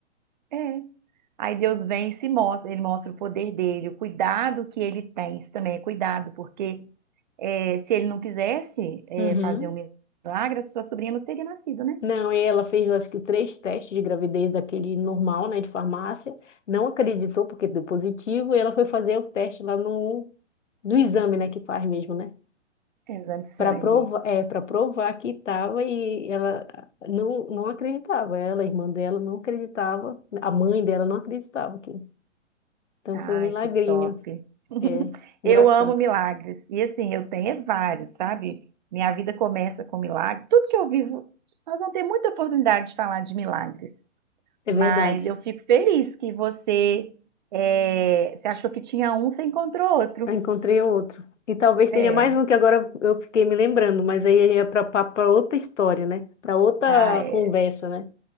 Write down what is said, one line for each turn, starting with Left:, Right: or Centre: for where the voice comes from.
Right: É. Aí Deus vem e se mostra, ele mostra o poder dele, o cuidado que ele tem. Isso também é cuidado, porque é, se ele não quisesse é,
Left: Uhum.
Right: fazer um milagre, sua sobrinha não teria nascido, né?
Left: Não, e ela fez, eu acho que três testes de gravidez daquele normal, né, de farmácia. Não acreditou porque deu positivo e ela foi fazer o teste lá no, no exame, né, que faz mesmo, né?
Right: Exame de
Left: para
Right: sangue.
Left: provar, é, para provar que estava e ela não, não acreditava. Ela, a irmã dela, não acreditava, a mãe dela não acreditava que. Então
Right: Ai,
Left: foi um milagrinho.
Right: que top. <laughs>
Left: É engraçado.
Right: Eu amo milagres. E assim, eu tenho é vários, sabe? Minha vida começa com milagre. Tudo que eu vivo, nós vamos ter muita oportunidade de falar de milagres.
Left: É
Right: Mas
Left: verdade.
Right: eu fico feliz que você, é, você achou que tinha um, você encontrou outro.
Left: Eu encontrei outro. E talvez
Right: É.
Left: tenha mais um que agora eu fiquei me lembrando, mas aí é para outra história, né? Para outra
Right: Ah, é.
Left: conversa, né?